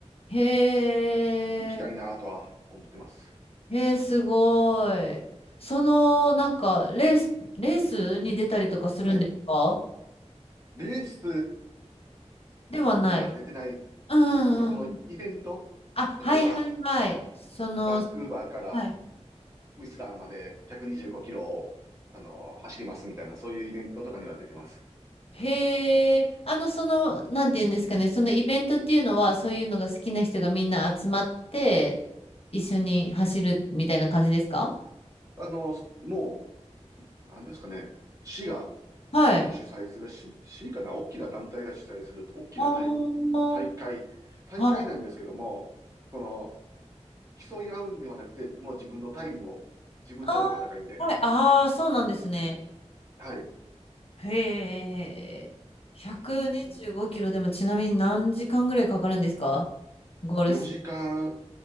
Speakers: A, on the left (about 55°); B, on the right (about 25°).
A: へえ、
B: 行きたいなとは思ってます。
A: へえ、すごい。その、なんか、レース、レースに出たりとかするんですか
B: はい。レース
A: ではない。
B: には出てないですけど、
A: うんうんうん。
B: そのイベント、
A: あ、はいはいはい。
B: 例えば
A: その、
B: バンクーバーから
A: はい。
B: ウィスラーまで125キロを、あの、走りますみたいな、そういうイベントとかには出てます。
A: へえ、あの、その、なんて言うんですかね、そのイベントっていうのは、そういうのが好きな人がみんな集まって、一緒に走るみたいな感じですか
B: あの、もう、なんですかね、市が
A: はい。
B: 主催する、市、市かな、大きな団体が主催する、大きな大、
A: ああ、
B: 大会、大会なんですけども、
A: はい。
B: その、競い合うんではなくて、もう自分のタイムを、自分との戦いみたいな。
A: ああ、はい。ああ、そうなんですね。
B: はい。
A: へえ。125キロでもちなみに何時間ぐらいかかるんですか
B: うん。
A: ゴールス。
B: 4時間、